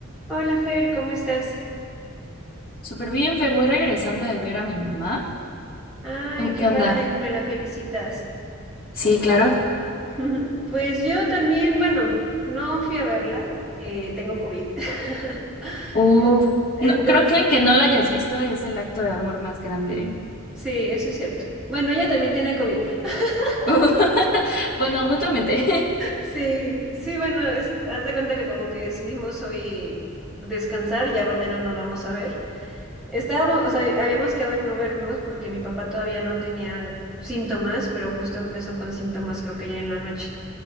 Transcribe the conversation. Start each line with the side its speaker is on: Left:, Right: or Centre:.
Centre: Hola Fer, ¿cómo estás?
Left: Súper bien, Fer, voy regresando de ver a mi mamá.
Centre: Ay,
Left: ¿Tú
Centre: qué
Left: qué
Centre: padre,
Left: onda?
Centre: me la felicitas.
Left: Sí, claro.
Centre: <laughs> Pues yo también, bueno, no fui a verla, eh, tengo COVID. <laughs>
Left: Uf,
Centre: En- Entonces,
Left: no, creo que el que no la hayas visto es el acto de amor más grande.
Centre: sí, eso es cierto. Bueno, ella también tiene COVID. <laughs>
Left: <laughs> Bueno, mutuamente.
Centre: Sí, sí, bueno, es- haz de cuenta que como que decidimos hoy descansar, ya mañana nos vamos a ver. Estábamos, o sea, habíamos quedado en no vernos porque mi papá todavía no tenía síntomas, pero justo empezó con síntomas creo que ayer en la noche.